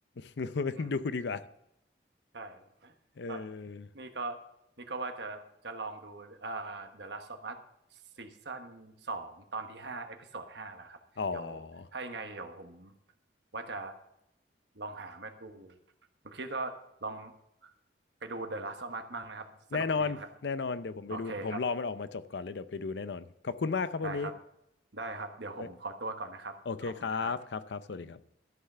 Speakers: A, on the left; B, on the right.
A: <laughs>
B: อืม
A: ดูดีกว่า
B: ใช่
A: เอ
B: ก็
A: อ
B: นี่ก็นี่ก็ว่าจะจะลองดูเอ่อ The Last of Us ซีซั่นสองตอนที่ห้าเอพิโซดห้าแล้วครับเดี๋ยวถ้ายังไงเดี๋ยวผม
A: อ๋อ
B: ว่าจะลองหามาดูคุณคิดก็ลองไปดู The Last of Us มั่งนะครับสนุกดีนะครับ
A: แน่นอนแน่นอนเดี๋ยวผมไปดูผมรอมันออกมาจบก่อนเลยเดี๋ยวไปดูแน่นอน
B: โอเคครับ
A: ขอบคุณมากครับวันนี้
B: ได้ครับได้ครับเดี๋ยวผมขอตัวก่อนนะครับขอบคุณครับ
A: ไว้โอเคครับครับครับสวัสดีครับ